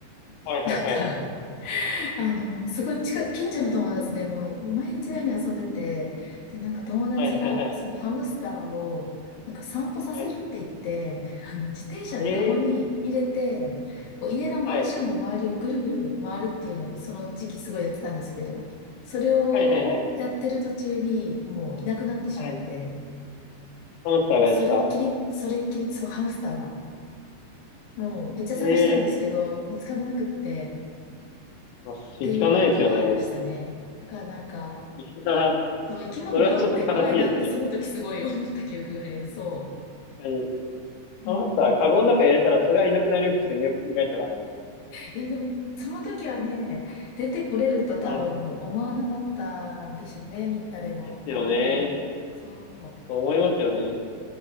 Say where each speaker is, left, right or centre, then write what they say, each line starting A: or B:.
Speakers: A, on the left; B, on the left.
A: はいはいはい。
B: なんか、<laughs> あの、すごい近く、近所の友達でもう毎日のように遊んでて、で、なんか友達がそのハムスターを、
A: はいはいはい。
B: なんか散歩させるって言って、
A: はい
B: あの、自転車のカゴに入れて、
A: ええ
B: こう家のマンションの周りをぐるぐる回るっていうのを、
A: はい。
B: その時期すごいやってたんですけど、それをやってる途中にもういなくなってしまって、
A: はいはいはい。はい。ハムスターがですか
B: もうそれっきり、それっきり、そう、ハムスターはもうめっちゃ探したんですけど、
A: ええ
B: 見つからなくって、
A: まあ、
B: っていうことがありましたね。
A: 見つかんないですよね。
B: だからなんか、
A: いや、
B: そう、生き物飼うって怖いなってその時すごい思った記憶があります。
A: それはちょっと悲しいですね。
B: そ
A: はい。
B: う。
A: ハムスター、
B: うん。
A: カゴの中に入れたらそれはいなくなりますよね。よく考えたら。
B: いや、でも、その時はね、出てこれると多分思わなかったんでしょうね、
A: はい。
B: み、誰も。
A: ですよね。
B: うん。そ
A: そう思いますよね。